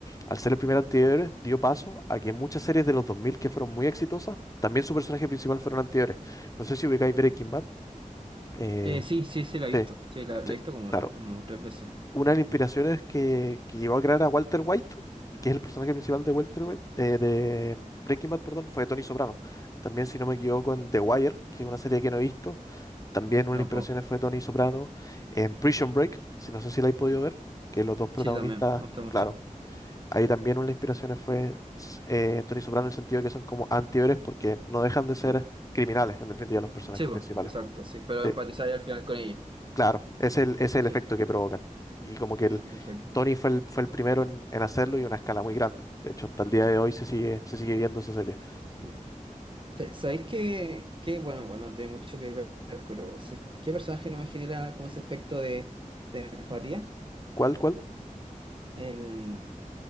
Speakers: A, on the left; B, on the right.
A: al ser el primer antihéroe, dio paso a que muchas series de los 2000 que fueron muy exitosas, también su personaje principal fueron antihéroes. No sé si ubicáis Breaking Bad. eh,
B: Eh, sí, sí, sí, la he
A: sí,
B: visto. Sí, la, la he
A: sí,
B: visto como,
A: claro.
B: lo- como tres veces.
A: Una de las inspiraciones
B: Mm,
A: que, que llevó a crear a Walter White, que es el personaje principal de Walter White, eh, de Breaking Bad, perdón, fue Tony Soprano. También, si no me equivoco, en The Wire, que es una serie que no he visto, también una
B: Yo
A: de las
B: un
A: inspiraciones
B: poco.
A: fue Tony Soprano en Prison Break, si no sé si la habéis podido ver, que los dos protagonistas,
B: Sí, también, me gusta mucho.
A: claro, ahí también una de las inspiraciones fue s- eh, Tony Soprano en el sentido de que son como antihéroes porque no dejan de ser
B: Sí,
A: criminales, en definitiva, los personajes
B: sí, pues,
A: principales.
B: exacto, sí. Pero
A: Sí,
B: empatizáis al final con ella.
A: claro, es el, es el
B: Sí,
A: efecto que provocan. Y como que
B: Mm,
A: el,
B: perfecto.
A: Tony fue el, fue el primero en, en hacerlo y a una escala muy grande. De hecho, hasta el día de hoy se sigue, se sigue viendo esa serie.
B: Sí. Sa- ¿Sabéis qué, qué, bueno, bueno no tiene mucho que ver, pero ¿sabéis qué personaje no me genera como ese efecto de empatía?
A: ¿Cuál, cuál?
B: El